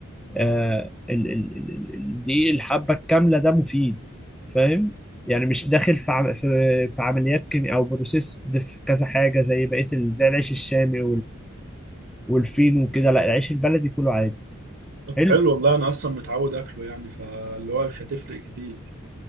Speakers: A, in the centre; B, on the right (about 60°).
A: آه ال ال ال ال- الدقيق الحبه الكامله ده مفيد فاهم يعني مش داخل في عم- في في عمليات كيمياء او بروسيس دف- كذا حاجه زي بقيه ال- زي العيش الشامي والفين وكده لا العيش البلدي كله عادي
B: طب
A: حلو
B: حلو والله انا اصلا متعود اكله يعني فاللي هو مش هتفرق كتير